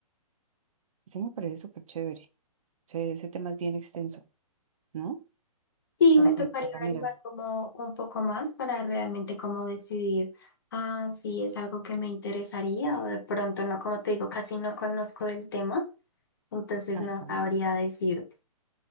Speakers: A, on the right; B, on the left.
A: Ese me parece súper chévere. Ese, ese tema es bien extenso, ¿no?
B: Sí,
A: Para
B: me
A: comenzar
B: tocaría
A: a
B: averiguar
A: mirar.
B: como un poco más para realmente como decidir, ah, si es algo que me interesaría o de pronto no, como te digo, casi no conozco del tema, entonces
A: Ajá.
B: no sabría decirte.